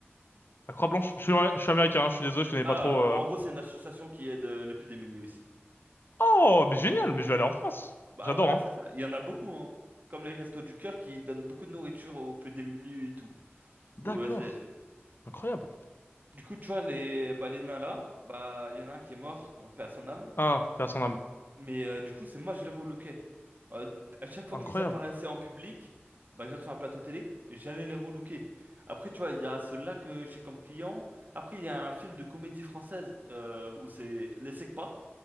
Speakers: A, on the left; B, on the right.
A: La Croix-Blanche. Je suis, je suis américain, hein, je suis désolé, je connais
B: Ah,
A: pas trop. euh.
B: bah, en gros, c'est une association qui aide euh, les plus démunis aussi.
A: Oh, mais génial, mais je vais aller en France.
B: Bah
A: J'adore,
B: voilà,
A: hein.
B: c'est ça. Il y en a beaucoup, hein. Comme les Restos du Cœur qui donnent beaucoup de nourriture aux plus démunis et tout,
A: D'accord.
B: aux SDF.
A: Incroyable.
B: Du coup, tu vois, les, bah, les nains là, bah, il y en a un qui est mort, euh, paix à son âme.
A: Ah, paix à son âme.
B: Mais euh, du coup, c'est moi, je les relooké. Euh, t- à chaque fois
A: Incroyable.
B: qu'ils apparaissaient en public, par exemple sur un plateau télé, j'allais les relooker. Après, tu vois, il y a ceux-là que j'ai comme client. Après, il y a un film de comédie française euh, où c'est Les Secpas,